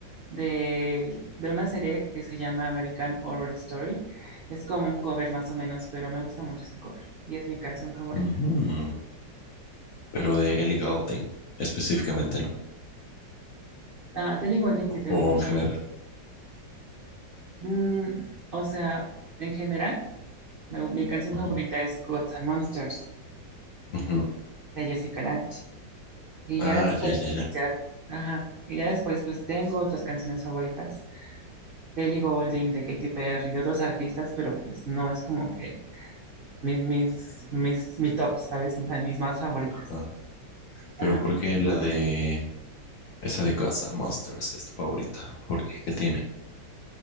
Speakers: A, on the right; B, on the left.
A: de, de una serie que se llama American Horror Story. Es como un cover más o menos, pero me gusta mucho ese cover y es mi canción favorita.
B: ujú, pero de Ellie Goulding específicamente, ¿no?
A: Ah, de Ellie Goulding sí tengo
B: O
A: muchas.
B: en general.
A: Mm, o sea, en general, me- mi canción
B: Ujú,
A: favorita es Gods and Monsters
B: ujú.
A: de Jessica Lange. Y
B: Ah,
A: ya después,
B: ya, ya, ya.
A: ya, ajá, y ya después, pues tengo otras canciones favoritas de Ellie Goulding, de Katy Perry, de otros artistas, pero pues no es como que mis, mis, mis, mi top, ¿sabes? Las mis más favoritas.
B: Ah, Pero
A: Ajá.
B: ¿por qué la de esa de Gods and Monsters es tu favorita? ¿Por qué? ¿Qué tiene?